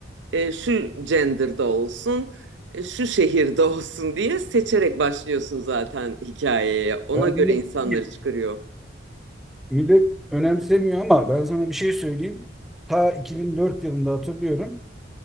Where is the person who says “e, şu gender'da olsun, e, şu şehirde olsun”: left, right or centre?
Right